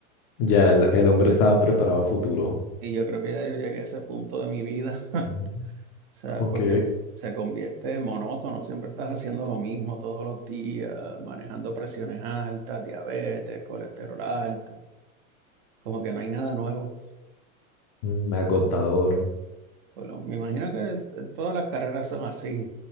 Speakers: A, on the left; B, on the right.
A: Ya, el, el hombre estaba preparado a futuro.
B: Y yo creo que ya yo llegué a ese punto de mi vida,
A: Mm.
B: o sea,
A: Ok.
B: porque se convierte en monótono, siempre estás haciendo lo mismo todos los días, manejando presiones altas, diabetes, colesterol alto, como que no hay nada nuevo.
A: Mm, Agotador.
B: Por lo- me imagino que todas las carreras son así,